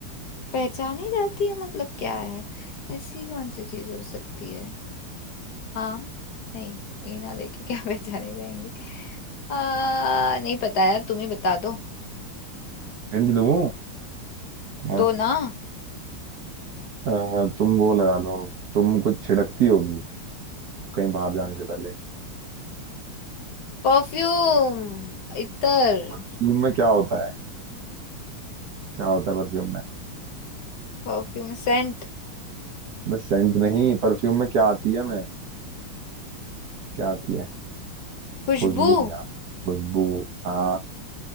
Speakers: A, on the left (about 60°); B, on the right (about 60°).
A: पहचानी जाती है मतलब क्या है ऐसी कौन सी चीज हो सकती है हाँ नहीं ये ना लेके <laughs> क्या पहचाने जाएंगे आ, नहीं पता यार तुम ही बता दो
B: हिंट दूँ अ,
A: तो ना
B: अ, तुम वो लगा लो तुम कुछ छिड़कती होगी कहीं बाहर जाने से पहले
A: परफ्यूम इतर
B: परफ्यूम में क्या होता है क्या होता है परफ्यूम में
A: Perfume Saint
B: बस सेंट नहीं परफ्यूम में क्या आती है मैं क्या आती है
A: खुशबू
B: खुशबू यार खुशबू हाँ